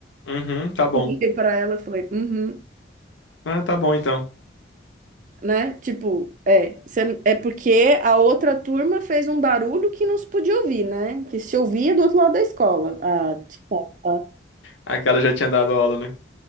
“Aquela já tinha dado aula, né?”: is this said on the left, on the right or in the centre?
Left